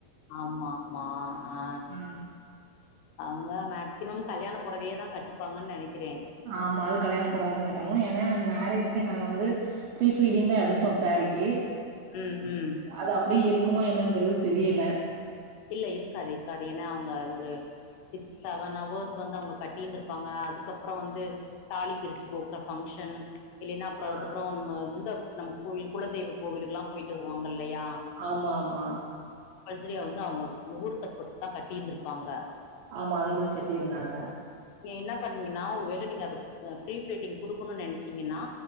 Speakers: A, on the left; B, on the right.
A: ஆமா மா ஆ
B: ம்
A: அங்க மேக்சிமம் கல்யாண புடவயே தா கட்டிப்பாங்கன் நனைக்கிறே
B: ஆமா அது கல்யாண புடவ தா கட்டணு ஏன்னா மேரேஜ்கே நாங்க வந்து ப்ரீ ஃபீலிடிங் தா எடுத்தோ சாரிக்கு
A: ம் ம்
B: அது அப்டியே இருக்குமா என்னங்கிறது தெரியல
A: இல்ல இருக்காது இருக்காது ஏன்னா அவுங்க ஒரு சிக்ஸ் செவன் ஹவர்ஸ் வந்து அவங்க கட்டியிருந்திருப்பாங்க அதுக்கப்புறோ வந்து தாலி பிரிச்சு கோக்குற ஃபங்க்ஷன் இல்லைன்னா அப்புறோ
B: ஆ
A: அதுக்கப்புறோ நம்ம இந்தநம்ம கோவில் குலதெய்வ கோவிலுகுல்லா போயிட்டு வருவாங்க இல்லையா
B: ஆமா ஆமா
A: அதுரே வந்து அவுங்க முகூர்த்தப்பட்டு தா கட்டியிருந்திருப்பாங்க
B: ஆமா அதுக்கு தா கட்டியிருந்தாங்க
A: நீங்க என்ன பண்ணீங்கன்னா ஒரு வேள நீங்க அது அ ப்ரீப்ளீட்டிங் குடுக்கணுன்னு நனைச்சீங்கன்னா